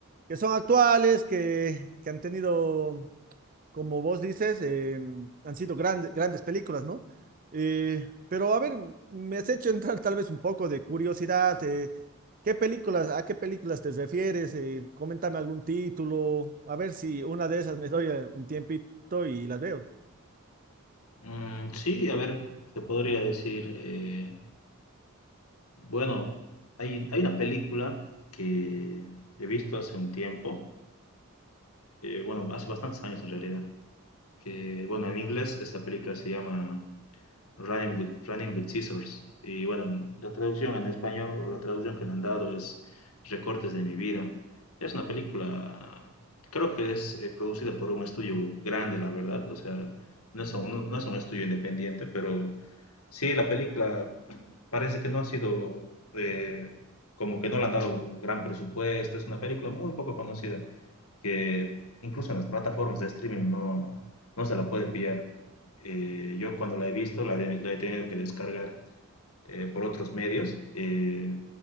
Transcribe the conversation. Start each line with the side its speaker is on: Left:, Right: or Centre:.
Right: que son actuales, que, que han tenido como vos dices, eh, han sido grandes grandes películas, ¿no? Eh, pero a ver, me has hecho entrar tal vez un poco de curiosidad. eh, ¿qué películas, a qué películas te refieres? Eh, coméntame algún título, a ver si una de esas me doy eh, un tiempito y las veo.
Left: Mm, sí, a ver, te podría decir, eh, Bueno, hay, hay una película que he visto hace un tiempo, eh, bueno, hace bastantes años en realidad, que, bueno, en inglés esta película se llama Running with, running with Scissors. Y bueno, la traducción en español, la traducción que le han dado es Recortes de mi vida. Es una película, creo que es eh, producida por un estudio grande, la verdad. O sea, no es, un, no no es un estudio independiente, pero sí, la película parece que no ha sido, eh, como que no le han dado un gran presupuesto. Es una película muy poco conocida, que incluso en las plataformas de streaming no, no se la puede pillar. Eh, yo cuando la he visto, la, de- la he tenido que descargar eh, por otros medios. eh,